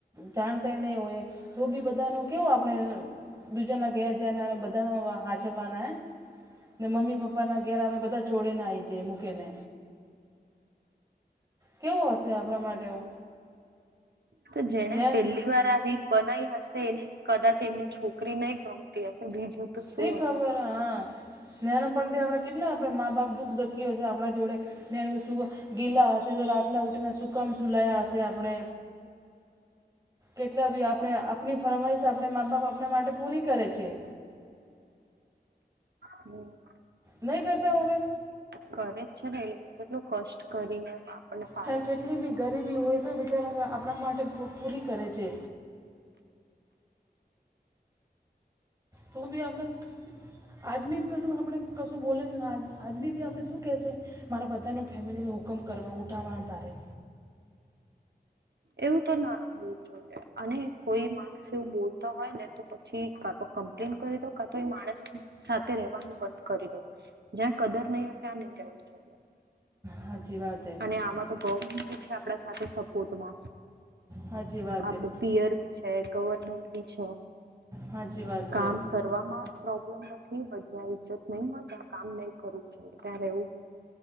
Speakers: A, on the right; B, on the right.
A: જાણતા નહીં હોય તો બી બધાનો કેવું આપણે દૂજાના ઘેર જયાના બધાને હાંચવાના હે. ને મ્મી પપ્પાના ઘેર આવે બધા છોડેને આવી જાય મૂકેને. કેવું હશે આપણા માટે ઓ.
B: તો જેને
A: નેન
B: પહેલી વાર આ રીત બનાઈ હશે એને કદાચ એમની છોકરી નહી ગમતી હશે બીજું તો શું
A: શી ખબર
B: હવે
A: હા નાનપણથી આપડણે કેટલા આપણે મા બાપ દુઃખ દકી હો છે આપણા જોડે. સુ ગીલા હશે તો રાતના ઉઠને સુકામ સુલાયા હશે આપણે કેટલા બી આપણે આપણી ફરમાઈશ આપણે મા બાપ આપણા માટે પૂરી કરે છે.
B: હમ.
A: નહી કરતા હોવે.
B: કરે જ છે ને એ લોકો કેટલું કષ્ટ કરીને આપણને પાળે
A: ચાહે કેટલી
B: છે.
A: બી ગરીબી હોય તો બિચારા આપણા માટે પૂરી કરે છે. તું બી આપણે આદમી આપણે કશું બોલેને આદમી આપણે શું કેહેશે મારા બધા ન ફેમિલીને હુકમ કરવા ઉઠાવવાના તારે
B: એવું તો ના હોવું જોઈએ અને કોઈ મા એવું બોલતો હોય ને તો પછી કા તો કમ્પ્લેન કરી દો કા તો એ માણસ સાથે રેવાનું બંધ કરી દો જ્યાં કદર નહી હોય ત્યાં નહી રવું જોઈએ.
A: સાચચી વાત એ.
B: અને આમાં તો ગવર્મેન્ટ બી છે આપ સાથે સપોર્ટમાં.
A: સાચી વાત
B: આપડું
A: હે
B: પીયર બી છે ગવર્મેન્ટ બી છે
A: સાચી વાત
B: કામ
A: છે
B: કર કરવામાં પ્રોબ્લેમ નથી બ જ્યાં ઈજ્જત નહીં હોય ત્યાં કામ નહી કરવું જોઈએ ત્યાં રહેવું બ